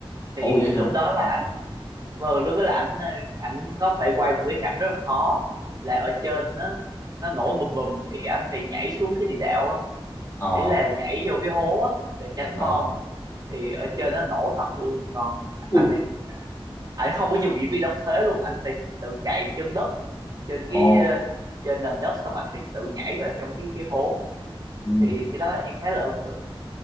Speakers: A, on the right (about 40°); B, on the left (about 25°).
A: thì
B: Ồ vậy
A: lúc
B: hả?
A: đó là
B: À,
A: vâng lúc đó là ảnh ờ, ảnh có phải quay một cái cảnh rất là khó là ở trên nó nó nổ bùm bùm thì ảnh phải nhảy xuống cái địa đạo á
B: ờ,
A: ý là nhảy vô cái hố á để tránh
B: ờ.
A: bom thì ở trên nó nổ thật luôn còn
B: Ui,
A: anh này ảnh không có dùng diễn viên đóng thế luôn ảnh phải tự chạy trên đất trên cái
B: ồ,
A: ờ, trên nền đất xong ảnh phải tự nhảy vào trong cái cái hố
B: ừm,
A: thì cái đó em khá là ấn tượng